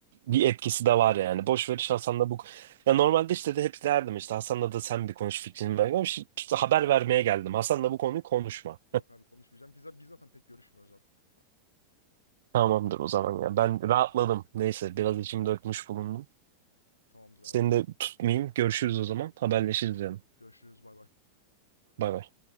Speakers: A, on the right; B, on the left.
A: bir etkisi de var yani.
B: Evet.
A: Boş ver işte Hasan'la bu. Ya normalde işte de hep derdim işte Hasan'la da sen bir konuş fikrini ver. Ama şimdi işte haber vermeye geldim. Hasan'la bu konuyu konuşma.
B: Yok abi konuşmayacağım. Biz, biz zaten pek görüşmüyoruz artık.
A: Tamamdır o zaman ya.
B: Tamamdır.
A: Ben rahatladım. Neyse
B: Tamamdır.
A: biraz içimi dökmüş bulundum.
B: Tamamdır
A: Seni
B: abi.
A: de tutmayayım. Görüşürüz o zaman. Haberleşiriz
B: Görüş,
A: yani.
B: görüşürüz. Bay bay.
A: Bay bay.